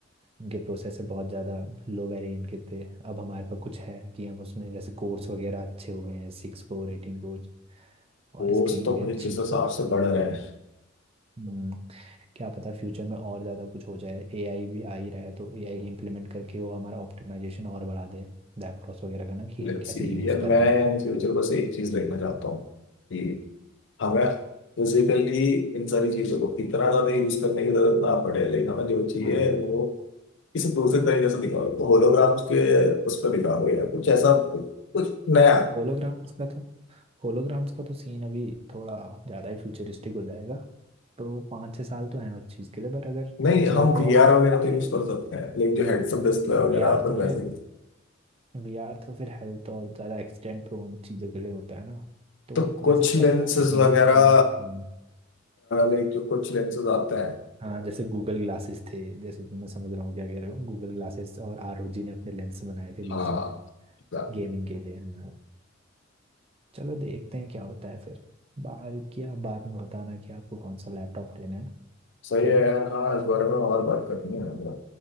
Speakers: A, on the right; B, on the left.
A: उनके प्रोसेसर बहुत ज़्यादा लो वेरिएंट के थे अब हमारे पास कुछ है कि हम उसमें जैसे कोर्स वगैरह अच्छे हो गए हैं सिक्स कोर एटीन कोर और
B: कोर्स
A: स्क्रीन
B: तो
A: भी अच्छी
B: भाई जिस हिसाब से बढ़ रहे हैं
A: हम्म, क्या पता फ्यूचर में और ज़्यादा कुछ हो जाए एआई भी आ ही रहा है तो एआई इम्प्लीमेंट करके वो हमारा ऑप्टिमाइजेशन और बढ़ा दे लैपटॉप्स वगैरह का ना कि
B: लेट्स
A: हम कैसे
B: सी
A: यूज़
B: यार
A: कर
B: मैं
A: रहे हैं
B: इन फ्यूचर बस एक चीज देखना चाहता हूँ कि हमें फिजिकली इन सारी चीजों को इतना ज्यादा यूज करने की जरूरत ना पड़े लेकिन हमें जो चाहिए
A: हाँ
B: वो किसी दूसरे तरीके से दिखा दो होलोग्राम्स के उस पर दिखा दो या कुछ ऐसा कुछ नया
A: होलोग्राम्स का तो होलोग्राम्स का तो सीन अभी थोड़ा ज़्यादा ही फ्यूचरिस्टिक हो जाएगा तो पाँच छः साल तो हैं उस चीज़ के लिए बट अगर
B: नहीं
A: इन चीज़ों
B: हम
A: को
B: वीआर
A: और थोड़ा
B: वगैरह तो यूज कर सकते हैं लेकिन जो हेडसअप डिस्प्ले वगैरह
A: वीआर
B: अपन
A: तो
B: वैसे
A: फिर
B: ही
A: वीआर तो फिर हेल्थ और ज़्यादा एक्सीडेंट प्रोन चीज़ों के लिए होता है ना तो
B: तो कुछ
A: वैसे
B: लेंसेज
A: टेक और इंजीनियर्स
B: वगैरह
A: के लिए हम्म,
B: लाइक जो कुछ लेंसेज आते हैं
A: हाँ जैसे गूगल ग्लासेस थे जैसे तुम मैं समझ रहा हूँ क्या कह रहे हो गूगल ग्लासेस और आरओजी ने अपने लेंस बनाए थे बीच
B: हाँ
A: में
B: एग्जैक्टली
A: गेमिंग के लिए हाँ चलो देखते हैं क्या होता है फिर बाद की आप बाद में बताना कि आपको कौन सा लैपटॉप लेना है
B: सही
A: ठीक
B: है
A: है
B: यार हाँ इस बारे में और बात करनी है